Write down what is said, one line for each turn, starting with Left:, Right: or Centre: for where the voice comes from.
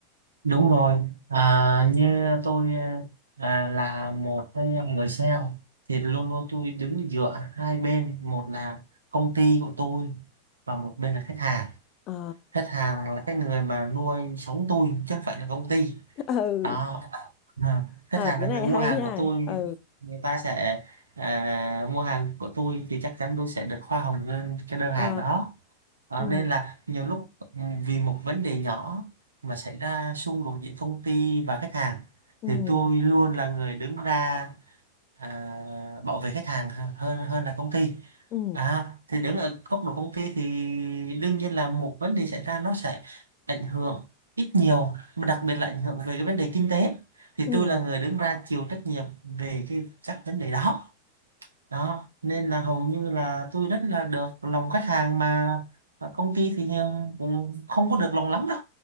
Right: đúng rồi à, như tôi à, là một cái người sale thì luôn luôn tôi đứng giữa hai bên một là công ty của tôi và một bên là khách hàng
Left: Ờ
Right: khách hàng là cái người mà nuôi sống tôi chứ không phải là công ty
Left: <laughs> ừ
Right: đó À, khách
Left: ờ
Right: hàng
Left: cái
Right: là người
Left: này
Right: mua
Left: hay
Right: hàng
Left: nha.
Right: của tôi
Left: Ừ
Right: người ta sẽ à, mua hàng của tôi thì chắc chắn tôi sẽ được hoa hồng lên cái đơn
Left: ờ
Right: hàng đó Đó,
Left: ừ
Right: nên là nhiều lúc ừm, vì một vấn đề nhỏ mà xảy ra xung đột giữa công ty và khách hàng
Left: ừ
Right: thì tôi luôn là người đứng ra à, bảo vệ khách hàng hơn hơn là công ty
Left: ừ
Right: À, thì đứng ở góc độ công ty thì đương nhiên là một vấn đề xảy ra nó sẽ ảnh hưởng ít nhiều mà đặc biệt là ảnh hưởng về cái vấn đề kinh tế thì
Left: ừ
Right: tôi là người đứng ra chịu trách nhiệm về cái các vấn đề đó đó nên là hầu như là tôi rất là được lòng khách hàng mà mà công ty thì cũng không có được lòng lắm đâu